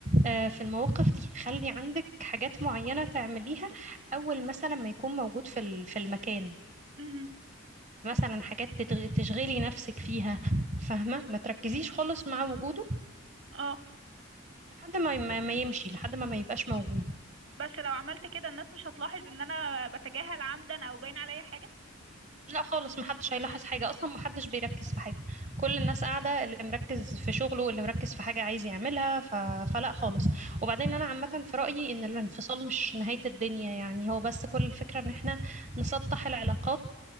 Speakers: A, on the right; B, on the right.
A: آه، في المواقف دي خلي عندك حاجات معينة تعمليها أول مثلا ما يكون موجود في ال- في المكان
B: امم
A: مثلا حاجات تتغ- تشغلي نفسك فيها فاهمة ما تركزيش خالص مع وجوده
B: اه
A: لحد ما ما ما يمشي لحد ما ما يبقاش موجود
B: بس لو عملت كده الناس مش هتلاحظ ان انا بتجاهل عمدا او باين عليا حاجه
A: لا خالص محدش هيلاحظ حاجة أصلا محدش بيركز في حاجة كل الناس قاعدة اللي مركز في شغله اللي مركز في حاجة عايز يعملها ف... فلا خالص وبعدين أنا عامة في رأيي إن الانفصال مش نهاية الدنيا يعني هو بس كل الفكرة إن احنا
B: مهم.
A: نسطح العلاقات